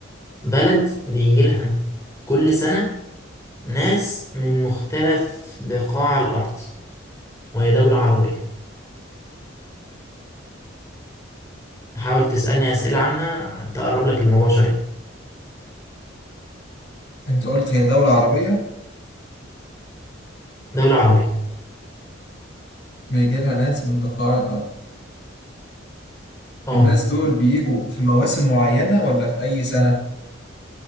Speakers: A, on the left; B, on the left.
A: بلد بيجي لها كل سنة ناس من مختلف بقاع الأرض وهي دولة عربية حاول تسألني أسئلة عنها تقرب لك الموضوع شوية
B: انت قلت هي دولة عربية
A: دولة عربية
B: بيجي لها ناس من بقاع الارض
A: آه
B: الناس دول بيجوا في مواسم معينة ولا في أي سنة؟